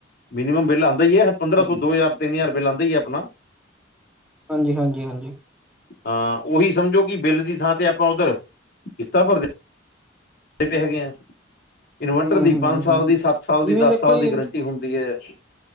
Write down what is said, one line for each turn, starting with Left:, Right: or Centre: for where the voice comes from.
Left: ਮਿਨੀਮਮ ਬਿੱਲ ਆਂਦਾ ਹੀ ਐ ਪੰਦਰਾਂ
Centre: ਹੂੰ,
Left: ਸੌ, ਦੋ ਹਜ਼ਾਰ ਤਿੰਨ ਹਜ਼ਾਰ ਬਿੱਲ ਆਂਦਾ ਹੀ ਐ ਆਪਣਾ।
Centre: ਹਾਂਜੀ- ਹਾਂਜੀ- ਹਾਂਜੀ।
Left: ਹਾਂ ਉਹੀ ਸਮਝੋ ਕਿ ਬਿੱਲ ਦੀ ਥਾਂ ਤੇ ਆਪਾਂ ਉੱਧਰ ਕਿਸ਼ਤਾ ਭਰਦੇ, <unintelligible> ਹੈਗੇ ਆ। ਇਨਵਰਟਰ
Centre: ਹੂੰ,
Left: ਦੀ
Centre: ਹੂੰ,
Left: ਪੰਜ ਸਾਲ
Centre: ਹੂੰ ਹੂੰ।
Left: ਦੀ ਸੱਤ ਸਾਲ
Centre: ਜਿਵੇਂ
Left: ਦੀ ਦਸ
Centre: ਦੇਖੋ
Left: ਸਾਲ
Centre: ਜੀ
Left: ਦੀ ਗਰੰਟੀ ਹੁੰਦੀ ਹੈ।